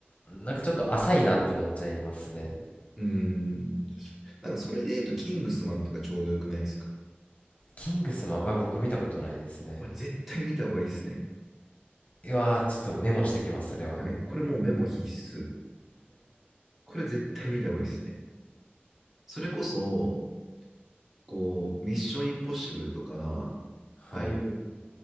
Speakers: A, on the left; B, in the centre.
A: なんかちょっと浅いなって思っちゃいますね。
B: うん確かになんかそれで言うと、キングスマンとかちょうどよくないですか
A: キングスマンは僕見たことないですね。
B: あ絶対見た方がいいですね。
A: うわー、ちょっとメモしてきます、それは。
B: はい。これもうメモ必須。これ絶対見た方がいいですね。それこそ、こう、ミッションインポッシブルとか、
A: はい。
B: ああいう